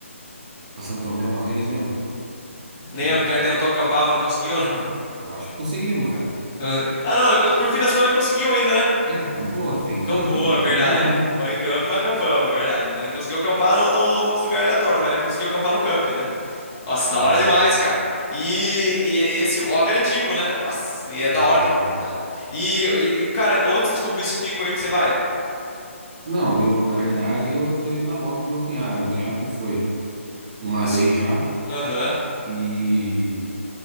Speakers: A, on the right; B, on the left.
A: pra Santo Tomé uma vez, lembra?
B: lembro
A: Hum.
B: que né, tentou acampar, mas não conseguiu, né?
A: Ah, lógico que conseguimos, cara.
B: <laughs> Ah, não, por fim das contas conseguiu ainda, né?
A: É, acampou, foi em camping,
B: Acampou,
A: mas
B: é
A: acampamos,
B: verdade.
A: né?
B: Foi em camp, mas acampamos, é verdade. né? Não conseguiu acampar no, no- nos lugares aleatórios, mas né, conseguiu acampar no camp, né? Nossa,
A: Sim,
B: da hora demais,
A: cara.
B: cara. E, e- e esse hobby é antigo, né? Nossa, e é
A: É.
B: da hora de. é da- E, e, e, cara, onde você descobriu esse pico aí que você vai?
A: Não, eu, na verdade, eu tô indo na bota do meu cunhado. Meu cunhado que foi uma
B: Assim,
A: vez já
B: Aham.
A: e